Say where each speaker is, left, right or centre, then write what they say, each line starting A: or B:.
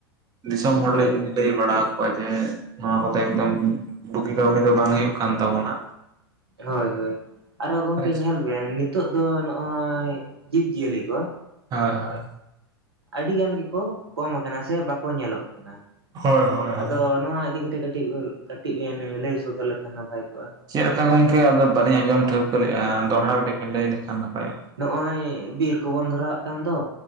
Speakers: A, on the right (about 30°); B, on the right (about 80°).
A: ᱫᱤᱥᱚᱢ ᱦᱚᱲᱞᱤᱞ
B: ᱦᱳᱭ
A: ᱞᱟᱹᱭ ᱵᱟᱲᱟ᱾ <inaudible> ᱡᱮ ᱱᱚᱣᱟ ᱠᱚ ᱫᱚ ᱮᱠᱫᱚᱢ ᱵᱩᱜᱤ ᱠᱟᱹᱣᱰᱤ ᱫᱚ ᱵᱟᱝ ᱦᱩᱭᱩᱜ ᱠᱟᱱ ᱛᱟᱵᱚᱱᱟ᱾
B: ᱦᱳᱭ, ᱦᱳᱭ ᱟᱨᱚ ᱜᱚᱝᱠᱮ
A: ᱦᱳᱭ
B: ᱧᱮᱞ ᱵᱮᱱ ᱱᱤᱛᱚᱜ ᱫᱚ ᱱᱚᱜᱼᱚᱭ ᱡᱤᱵᱽ ᱡᱤᱭᱟᱹᱞᱤ ᱠᱚ᱾
A: ᱦᱳᱭ
B: ᱟᱹᱰᱤ ᱜᱟᱱ ᱜᱮᱠᱚ ᱠᱚᱢ ᱟᱠᱟᱱᱟ ᱥᱮ ᱵᱟᱠᱚ ᱧᱮᱞᱚᱜ ᱠᱟᱱᱟ, ᱾
A: ᱦᱳᱭ ᱦᱳᱭ ᱦᱳᱭ
B: ᱟᱫᱚ ᱱᱚᱣᱟ ᱤᱫᱤ ᱠᱟᱛᱮᱫ ᱠᱟᱹᱴᱤᱡ, ᱠᱟᱹᱴᱤᱡ ᱵᱮᱱ ᱞᱟᱹᱭ ᱥᱚᱫᱚᱨ ᱞᱮᱠᱷᱟᱱ ᱱᱟᱯᱟᱭ ᱠᱚᱜᱼᱟ᱾
A: ᱪᱮᱫ ᱞᱮᱠᱟ ᱜᱚᱝᱠᱮ ᱟᱫᱚ ᱵᱟᱹᱞᱤᱧ ᱟᱸᱡᱚᱢ ᱴᱷᱟᱹᱣᱠᱟᱹ ᱞᱮᱫᱼᱟ ᱫᱚᱦᱲᱟ ᱠᱟᱹᱴᱤᱡ ᱵᱮᱤᱱ ᱞᱟᱹᱭ ᱞᱮᱠᱷᱟᱱ ᱱᱟᱯᱟᱭᱚᱜᱼᱟ᱾
B: ᱱᱚᱜᱼᱚᱸᱚᱭ ᱵᱤᱨ ᱠᱚᱵᱚᱱ ᱫᱷᱚᱨᱟᱣᱟᱜ ᱠᱟᱱ ᱫᱚ